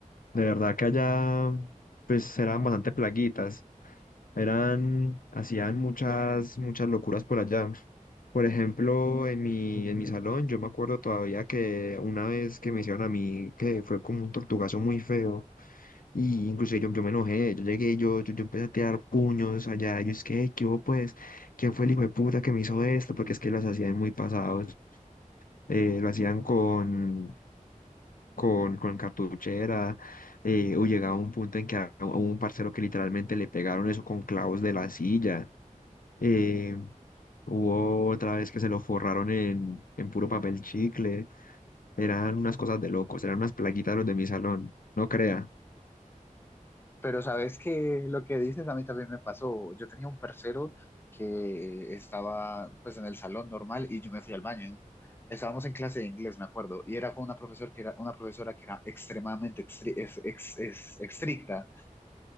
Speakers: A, on the left (about 85°); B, on the left (about 15°).
A: de verdad que allá pues eran bastante plaguitas, eran, hacían muchas, muchas locuras por allá. Por ejemplo, en mi, en mi salón yo me acuerdo todavía que una vez que me hicieron a mí, que fue como un tortugazo muy feo. Y incluso yo, yo me enojé, yo llegué, yo, yo, yo empecé a tirar puños allá, yo es que, ¿qué hubo pues? ¿Quién fue el hijo de puta que me hizo esto? Porque es que los hacían muy pasados, eh, lo hacían con, con, con cartuchera, eh, o llegaba un punto en que a- hubo un parcero que literalmente le pegaron eso con clavos de la silla, eh, hubo otra vez que se lo forraron en, en puro papel chicle, eran unas cosas de locos, eran unas plaguitas los de mi salón, no crea.
B: Pero sabes que lo que dices a mí también me pasó. Yo tenía un parcero que estaba pues en el salón normal y yo me fui al baño. Estábamos en clase de inglés, me acuerdo, y era con una profesora que era una profesora que era extremadamente extri- es- ex- es- estricta